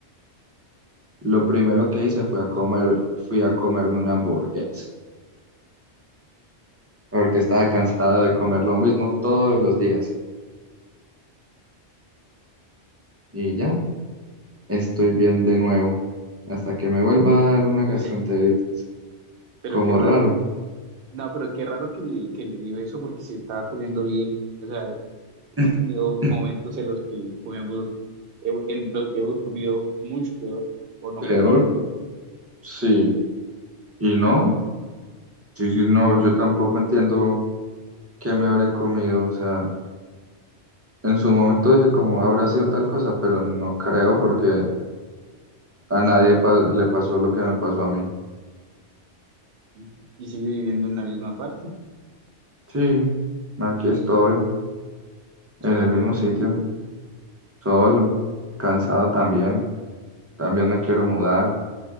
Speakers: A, on the right (about 20°); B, on the right (about 60°).
A: Lo primero
B: Ujú.
A: que hice fue a comer, fui a comerme una hamburguesa porque estaba cansado de comer lo mismo todos los días. y ya estoy bien de nuevo, hasta que me vuelva a dar una
B: <laughs>
A: gastroenteritis,
B: Pero
A: como
B: qué raro,
A: raro.
B: no, pero qué raro que le, que le dio eso porque se estaba comiendo bien. O sea, hemos
A: <clears throat>
B: tenido momentos en los que comemos, en los que hemos comido mucho peor o no
A: Peor,
B: comido
A: sí. Y no, sí, sí, no, yo tampoco entiendo qué me habré comido. O sea, en su momento dije como habrá sido tal cosa, pero no creo porque a nadie pa- le pasó lo que me pasó a mí.
B: y y sigue viviendo en la misma parte,
A: Sí, aquí estoy,
B: solo,
A: en el mismo sitio, solo, cansado también. También me quiero mudar.